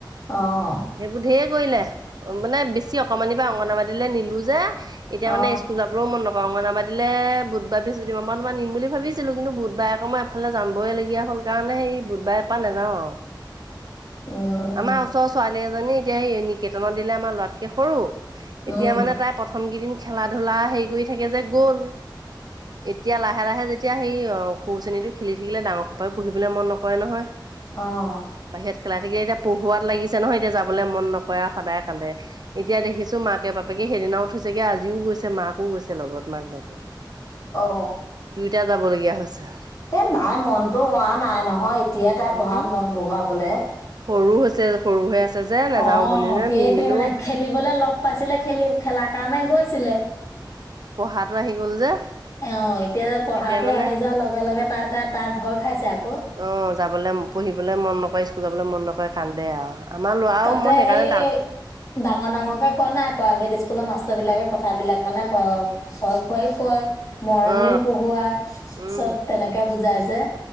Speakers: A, on the left; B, on the right.
A: অ
B: সেইবোৰ ধঢেৰ কৰিলে মানে বেছি অকমানি বা অংগনবাদীলৈ নিলো যে এতিয়া
A: অ
B: মানে সকুল যাবও মন অঙগনাবাদীলৈ বুধবাৰ বৃহসুতিবাৰমানাৰ নিম বুলি ভাবিছিলো কিন্তু বুধবাৰ আক মই এফালে যাম বইলগীয়া হ'ল কাৰণে সেই বুধবাৰে পৰা নাযাওঁ আৰু
A: উম
B: আমাৰ ওচৰ ছোৱাল এজনী এতিয়া সেই নিকেতনত দিলে আমাৰ লৰাকে সৰু
A: উম
B: এতিয়া মানে তাত প্ৰথম কেইদিন খেলা ধূলা হেৰি কৰি থাকে যে গ'ল এতিয়া লাহে লাহে যেতিয়া সেই অ খৰু চেনীতটো খেলি উিিকিলে ডাঙৰ সপাই পুহিবলৈন নকৰে নহয়
A: অঁ
B: বাহিৰত খেলাই থাকিলে এতিয়া পঢ়োৱাত লাগিছে নহয় এতিয়া যাবলৈ মন নকৰে আৰু সদায় কান্দে এতিয়া দেখিছো মাকে বাপেকে সেইদিনাও থৈছেগে আজিও গৈছে মাক কাকো গৈছে লগত মাক বাপেক
A: অ
B: দুইটা যাব লগগীয়া হৈছে
A: এ নাই মনতো হোৱা নাই নহয় এতিয়াই তাই
B: উম
A: পঢ়াত মন বহুৱাবলে
B: সৰু হৈছে সৰু হৈ আছে যে নাযাও
A: অ
B: বুলি যে
A: সেইটোৱে
B: নিনিলো
A: মানে খেলিবলে লগ পাইছিলে খেলি খেলাৰ কাৰণে গৈছিলে
B: তাতটো আহি গ'ল যে
A: অ এতিয়া যে পঢ়াো
B: এতিয়া মানে
A: আহি যোৱাৰ লগে লগে তাহ তাত ভয় খাইছে আকৌ
B: অ যাবলৈ পঢ়িবলে মন নকৰে স্কুল যাবলৈ মন নকৰে কান্দে আৰু আমাৰ ল'ৰাও
A: তাতে
B: মই সেইকাৰণে
A: সেই
B: ডাঙৰ
A: ডাঙৰ ডাঙৰকে কোৱা নাই প্ৰাইভেট স্কুলৰ মাষ্টৰ বিলাকে কথাবিলাক মানে ভয় খুৱাইও কয় মৰমেও
B: অ
A: পোহুৱাই
B: উম
A: চব তেনেকে বুজাই যে